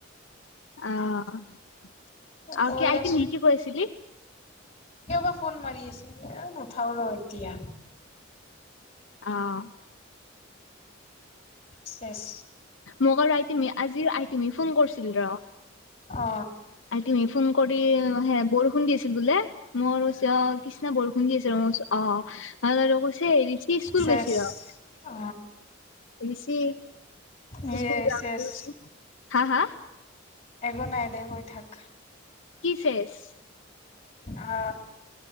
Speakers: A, on the left; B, on the left.
A: আহ অ আৰু
B: গৈ
A: কি আইট
B: আছো
A: নিহকি কৈছিলি
B: কিয় বা ফোন মাৰি আছে? এ নুঠাও ৰ এতিয়া।
A: অ'।
B: চেচ।
A: মোক আৰু আইটিমি আজিৰ আইটিমি ফোন কৰিছিল ৰ।
B: অ
A: আইটিমি ফোন কৰি হে বৰষুণ দিছিল। বোলে, মই অ' কৃষ্ণা বৰষুণ দি আছে। মই কৈছোঁ অ'। <unintelligible> আৰু কৈছে, ঋষি স্কুল
B: চেচ
A: গৈছে ৰ।
B: অ
A: ঋষি
B: ইয়ে
A: স্কুল যাম
B: চেচ
A: কৈছোঁ। হা হা।
B: একো নাই দে, কৈ থাক।
A: কি চেছ?
B: আ।